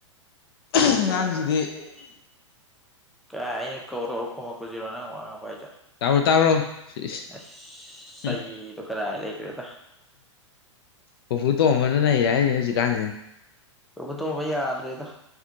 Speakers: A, on the left (about 50°); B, in the centre.
A: ꯑꯉꯥꯡꯁꯤꯗꯤ
B: ꯍꯥꯏꯦ ꯀꯥꯏ ꯀꯔꯈꯃ ꯀꯖꯤꯔ ꯄꯖ
A: ꯇꯥꯕ꯭ꯔꯣ ꯇꯥꯕ꯭ꯔꯣ ꯁꯤ ꯏꯁ
B: ꯑ ꯁꯗ
A: ꯎꯝ
B: ꯈꯔꯂ ꯏꯈ
A: ꯄꯨꯄꯨ ꯇꯣꯝꯕꯅ ꯅꯩꯔꯦ ꯍꯥꯏꯔꯤꯅꯦ ꯍꯧꯖꯤꯛꯀꯥꯟꯁꯦ
B: ꯎꯕꯛꯇꯕ ꯌꯥꯗꯔꯦꯗ